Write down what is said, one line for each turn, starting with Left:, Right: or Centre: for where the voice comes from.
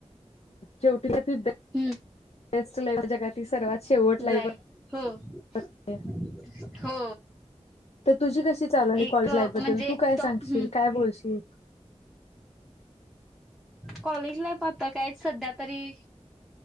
Left: शेवटीला ती
Centre: हम्म.
Left: तेच तुला या जगात ती सर्वात शेवट लाईफ
Centre: ब्लाय हो -
Left: असते.
Centre: हो
Left: तर तुझी कशी चालू आहे
Centre: एक
Left: कॉलेज
Centre: म्हणजे
Left: लाईफ बद्दल? तू काय सांगशील?
Centre: तो हम्म
Left: काय बोलशील?
Centre: कॉलेज लाईफ आता काय सध्या तरी